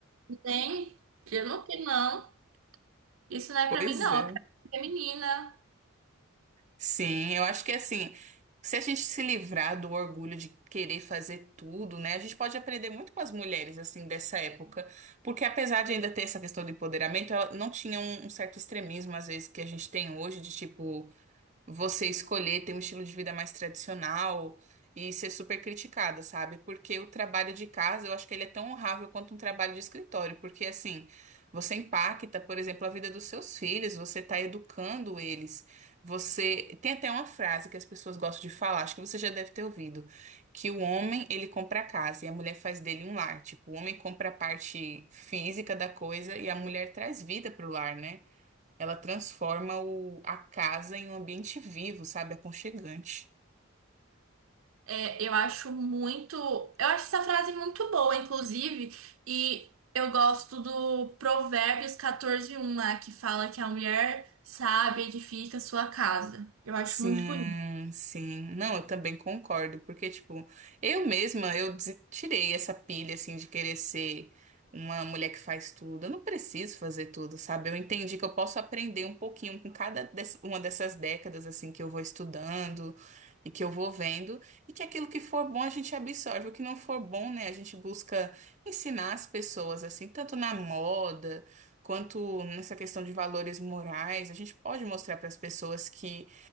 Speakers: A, on the right; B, on the right.
A: Nem. Eu não quero, não. Isso não é
B: Pois
A: pra mim, não.
B: é.
A: Eu quero ser menina.
B: Sim, eu acho que assim, se a gente se livrar do orgulho de querer fazer tudo, né, a gente pode aprender muito com as mulheres, assim, dessa época, porque apesar de ainda ter essa questão do empoderamento, ela não tinha um, um certo extremismo, às vezes, que a gente tem hoje, de tipo você escolher ter um estilo de vida mais tradicional e ser super criticada, sabe? Porque o trabalho de casa, eu acho que ele é tão honrável quanto um trabalho de escritório, porque assim, você impacta, por exemplo, a vida dos seus filhos, você está educando eles. Você tem até uma frase que as pessoas gostam de falar, acho que você já deve ter ouvido, que o homem, ele compra a casa e a mulher faz dele um lar. Tipo, o homem compra a parte física da coisa e a mulher traz vida pro lar, né? Ela transforma o, a casa em um ambiente vivo, sabe? Aconchegante.
A: É, eu acho muito. Eu acho essa frase muito boa, inclusive, e eu gosto do Provérbios quatorze um lá, que fala que a mulher sábia edifica sua casa. Eu acho
B: Sim,
A: muito bonito.
B: sim. Não, eu também concordo, porque, tipo, eu mesma, eu des- tirei essa pilha, assim, de querer ser uma mulher que faz tudo. Eu não preciso fazer tudo, sabe? Eu entendi que eu posso aprender um pouquinho com cada des- uma dessas décadas, assim, que eu vou estudando e que eu vou vendo, e que aquilo que for bom a gente absorve, o que não for bom, né, a gente busca ensinar as pessoas, assim, tanto na moda. Quanto nessa questão de valores morais, a gente pode mostrar para as pessoas que